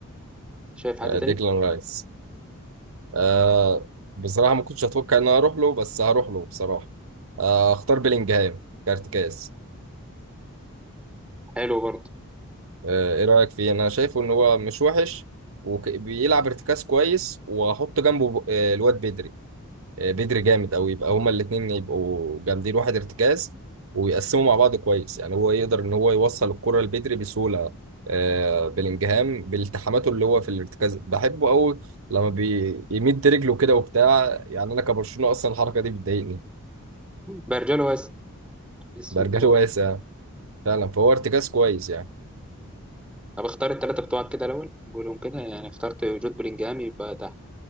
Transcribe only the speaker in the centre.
شايف حد
تاني
حلو برضه
برجلو بس بحس
ان هو
طب اختار التلاتة بتوعك كده الاول نقولهم كده يعني اخترت جود بلينجهام يبقى ده